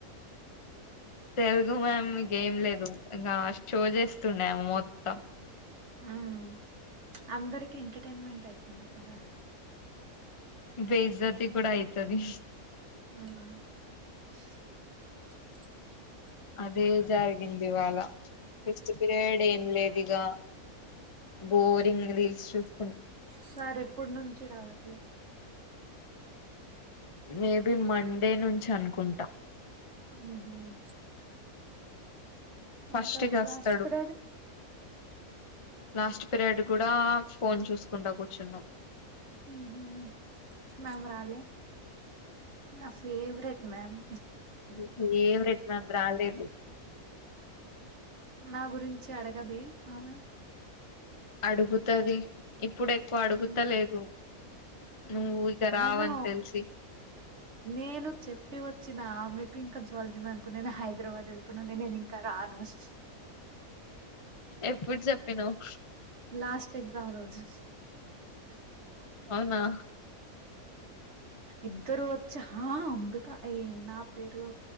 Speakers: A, on the left; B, on the right.
A: తెలుగు మ్యామ్ ఇంకేం లేదు ఇంగా షో చేస్తుండే ఆమె మొత్తం
B: మ్ అందరికి ఎంటర్టైన్మెంట్ అయితుంది కదా
A: బెజతి కూడా అయితది
B: మ్
A: అదే జరిగిందివాళ ఫిఫ్త్ పీరియడ్ ఏం లేద్ ఇగా బోరింగ్ రీల్స్ చూస్
B: సార్ ఎప్పుడు నుంచి రావట్లే
A: మేబి మండే నుంచి అనుకుంటా
B: మ్ హ్మ్
A: ఫస్ట్
B: ఇంకా
A: కి వస్తాడు
B: లాస్ట్ పిరియడ్
A: లాస్ట్ పీరియడ్ గుడా ఫోన్ చూస్కుంటా కూచున్నావ్
B: మ్ హ్మ్ మ్యామ్ రాలే నా ఫేవరెట్ మ్యామ్
A: మీ ఫేవరెట్ మ్యామ్ రాలేదు
B: మా గురించి అడగదె ఆమె.
A: అడుగుతది. ఇప్పుడు ఎక్కువ అడుగుతలేదు
B: ఉమ్
A: నువ్వు
B: ఉమ్
A: ఇక రావని
B: నేను
A: తెలిసి.
B: నేను చెప్పి వచ్చిన ఆమెకు ఇంకా జోల్జీ మేమ్ కూడా నేను హైదరాబాద్ వెళ్తున్న నేను ఇంకా రాన్ అవును
A: ఎప్పుడు చెప్పినవ్
B: లాస్ట్ ఎగ్జామ్ రోజు ఆహ్.
A: అవునా
B: ఇద్దరు ఒచ్చి ఆహ్ అంబికా అయి నా పేరు.